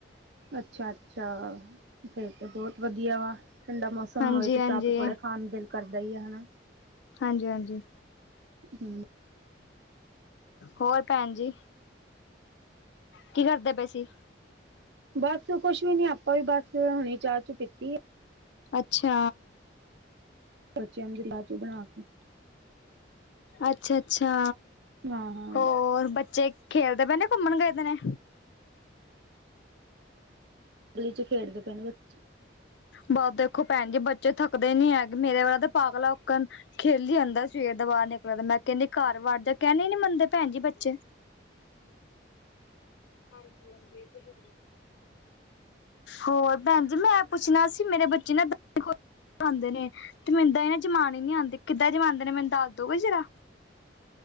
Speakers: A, on the right (about 65°); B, on the left (about 70°).
A: ਅੱਛਾ-ਅੱਛਾ, ਫੇਰ ਤੇ ਬੋਤ ਵਧੀਆ ਵਾ। ਠੰਡਾ ਮੌਸਮ
B: ਹਾਂਜੀ
A: ਹੋਏ ਤੇ
B: ਹਾਂਜੀ
A: ਚਾਹ-ਪਕੌੜੇ ਖਾਣ ਨੂੰ ਦਿਲ ਕਰਦਾ ਈ ਆ ਹੈਨਾ।
B: ਹਾਂਜੀ-ਹਾਂਜੀ।
A: ਹੂੰ।
B: ਹੋਰ ਪੈਣਜੀ? ਕੀ ਕਰਦੇ ਪਏ ਸੀ?
A: ਬਸ ਕੁਛ ਵੀ ਨੀ, ਆਪਾਂ ਵੀ ਬਸ ਹੁਣੇ ਈ ਚਾਹ-ਚੁ ਪੀਤੀ ਏ।
B: ਅੱਛਾ।
A: ਬੱਚਿਆਂ ਜੋਗੀ ਲਾ ਛੱਡਾ ਆਪ ਈ।
B: ਅੱਛਾ-ਅੱਛਾ,
A: ਹਾਂ ਹਾਂ
B: ਹੋਰ ਬੱਚੇ ਖੇਲਦੇ ਪੇ ਨੇ ਕੁੰਮਣ ਗਏ ਦੇ ਨੇ?
A: ਗਲੀ ਚ ਖੇਡਦੇ ਪਏ ਨੇ ਬੱਚੇ।
B: ਬਸ ਦੇਖੋ ਪੈਣ ਜੀ ਬੱਚੇ ਥੱਕਦੇ ਨੀ ਹੈਗੇ, ਮੇਰੇ ਵਾਲਾ ਤਾਂ ਪਾਗਲਾਂ ਅੱਕਣ ਖੇਲੀ ਆਂਦਾ ਸਵੇਰ ਦਾ ਬਾਰ ਨਿਕਲੋ ਤੇ, ਮੈਂ ਕੈੰਣੀ ਕਾਰ ਵੜ ਜਾਂ ਕਹਿਣਾ ਈ ਨੀ ਮੰਨਦੇ ਪੈਣਜੀ ਬੱਚੇ। ਹਾਂਜੀ-ਹਾਂਜੀ, ਏ ਤੇ ਹੈ। ਹੋਰ ਪੈਣ ਜੀ ਮੈਂ ਪੁੱਛਣਾ ਸੀ ਮੇਰੇ ਬੱਚੇ ਨਾ ਦਈ ਖੋਸ਼ ਹੋ ਕੇ ਖਾਂਦੇ ਨੇ। ਤੇ ਮੈਨੂੰ ਦਈ ਨਾ ਜਮਾਨੀ ਨੀ ਆਂਦੀ, ਕਿੱਦਾਂ ਜਮਾਂਂਦੇ ਨੇ ਮੈਨੂੰ ਦੱਸ ਦੋਗੇ ਜ਼ਰਾ?